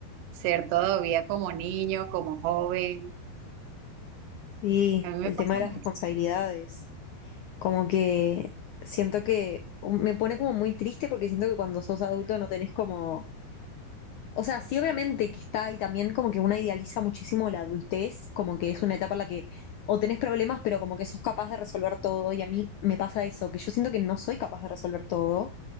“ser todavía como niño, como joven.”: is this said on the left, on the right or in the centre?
Right